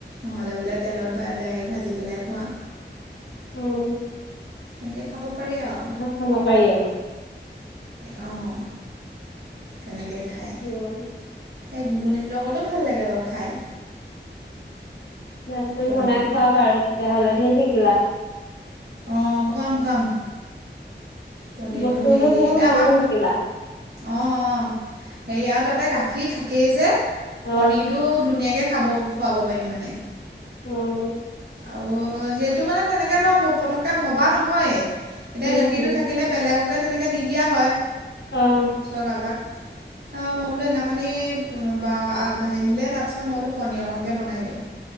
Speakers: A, on the right (about 60°); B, on the left (about 70°).
A: নহ'লে বোলে তেলত ডাইৰেক্ট ভাজি পেলাই খোৱা
B: উম
A: এনেকে খাব পাৰি আৰু
B: খ নালাৰ আৰু
A: অঁ কেনেকৈ খায়
B: উম
A: এই ঘুগুনিতৰ লগতো ভাল লাগে বাৰু খাই
B: জান তুমি
A: পনীৰটো
B: বনাই খোৱা বাৰু তেতিয়াহলে ধি থাকিলা
A: আহ খুৱাম খুৱাম পনিৰটো
B: বস্তুবোৰো
A: হেই
B: ধেৰ বনাব
A: এমাৰ
B: শিকিলা
A: অ আহ হেৰি আৰু তাতে গাখীৰ থাকেই যে
B: অ',
A: পনিৰ টো ধুনীয়াকে খাব খুৱাব পাৰিম মানে
B: অ',
A: অ সেইটো মানে তেনেকৈ ধৰা পটককৈ ভবা নহয়েই এতিয়া
B: উম,
A: গাখীৰটো থাকিলে বেলেগকে তেনেকে দি দিয়া হয়
B: অ',
A: চকাবাক অ মই বোলো এনাকণী হেৰিলে তাৰপিছত মই বোলো পনীৰৰ অকণকৈ বনাই দিওঁ